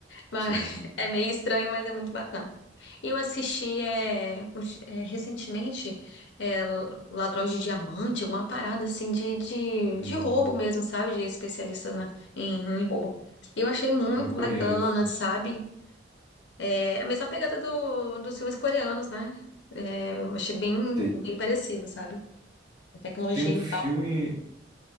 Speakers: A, on the left (about 65°); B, on the right (about 20°).
A: Mas
B: Sim.
A: <laughs> é meio estranho, mas é muito bacana. Eu assisti é, os- é, recentemente é, Ladrões de Diamante, alguma parada assim de, de,
B: Não,
A: de roubo mesmo, sabe? De especialistas né, em, em roubo. E eu achei muito
B: não conheço.
A: bacana, sabe? É a mesma pegada do, dos filmes coreanos, né? É, Eu achei bem,
B: Tem,
A: bem parecido, sabe? A tecnologia
B: tem um filme.
A: e tal.